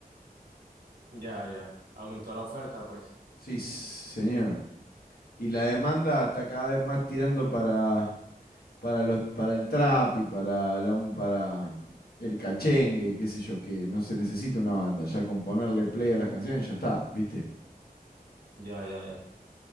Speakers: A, on the right; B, on the left.
A: Ya, ya. Aumentó la oferta, pues.
B: Sí, señor. Y la demanda está cada vez más tirando para... para los, para el trap y para la, para el cachengue, qué sé yo, que no se necesita una banda, ya con ponerle play a las canciones ya está, ¿viste?
A: Ya, ya, ya.